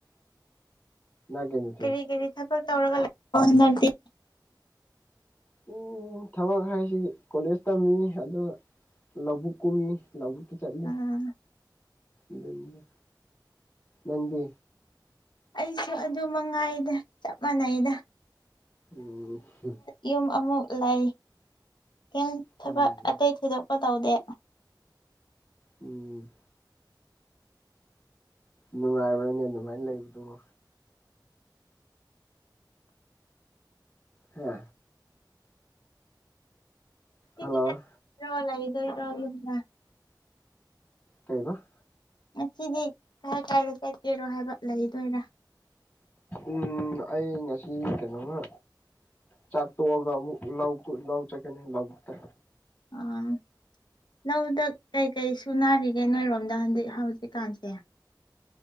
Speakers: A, on the left; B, on the left.
A: ꯅꯥꯒꯤꯟ
B: ꯀꯔꯤ ꯀꯔꯤ ꯊꯕꯛ ꯇꯧꯔꯒ ꯂꯩ <unintelligible> ꯕ꯭ꯔꯣ ꯅꯪꯗꯤ?
A: <unintelligible> ꯊꯕꯛ ꯍꯥꯏꯁꯤ ꯀꯣꯂꯦꯖ ꯇꯝꯃꯤ ꯑꯗꯨꯒ ꯂꯧꯕꯨꯛ ꯀꯨꯝꯃꯤ ꯂꯧꯕꯨꯛ ꯆꯠꯂꯤ
B: ꯑꯥ
A: ꯑꯗꯨꯅꯤꯗ꯫ ꯅꯪꯗꯤ?
B: ꯑꯩꯁꯨ ꯑꯗꯨ ꯃꯉꯥꯏꯗ ꯆꯞ ꯃꯥꯅꯩꯗ꯫
A: ꯎꯝꯍꯝ
B: ꯌꯨꯝ ꯑꯃꯨꯛ ꯂꯩ ꯀꯦꯟ ꯊꯕꯛ
A: ꯎꯝ
B: ꯑꯇꯩ ꯊꯣꯏꯗꯣꯛꯄ ꯇꯧꯗꯦ
A: ꯎꯝ ꯅꯨꯡꯉꯥꯏꯕ꯭ꯔꯅꯦ ꯑꯗꯨꯃꯥꯏꯅ ꯂꯩꯕꯗꯨꯕꯣ ꯍꯥ
B: <unintelligible>
A: ꯍꯜꯂꯣ
B: ꯂꯩꯗꯣꯏꯔꯣ ꯌꯨꯝꯗ
A: ꯀꯩꯕ
B: ꯉꯁꯤꯗꯤ ꯀꯥꯏ ꯀꯥꯏꯗ ꯆꯠꯀꯦꯔꯣ ꯍꯥꯏꯕ ꯂꯩꯗꯣꯏꯔꯥ
A: ꯎꯝ ꯑꯩ ꯉꯁꯤ ꯀꯩꯅꯣꯉꯥ ꯆꯥꯛ ꯇꯣꯛ ꯑꯒ ꯑꯃꯨꯛ ꯂꯧꯀꯨ ꯂꯧ ꯆꯠꯀꯀꯤ ꯂꯧꯕꯨꯛꯇ
B: ꯑꯥꯝ ꯂꯧꯗ ꯀꯩꯀꯩ ꯁꯨꯅꯥꯔꯤꯒꯦ ꯅꯣꯏꯔꯣꯝꯗ ꯍꯟꯗꯤꯛ ꯍꯧꯖꯤꯛꯀꯥꯟꯁꯦ